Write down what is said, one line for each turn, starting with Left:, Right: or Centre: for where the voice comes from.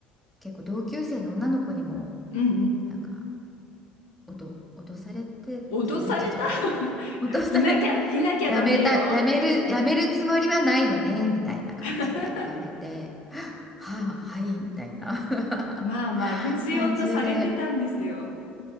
Centre: 結構同級生の女の子にも、
Left: うんうん
Centre: なんか、おど、脅されてじゃないけど、
Left: 脅された
Centre: <laughs>
Left: <laughs>
Centre: 脅された
Left: いなきゃいなきゃダメよって
Centre: やめた、やめる、やめるつもりはないよね、みたいな感じで言われて、
Left: <laughs>
Centre: はあ、はい、みたいな <laughs>
Left: まあまあ必要とされてたんですよ
Centre: 感じで。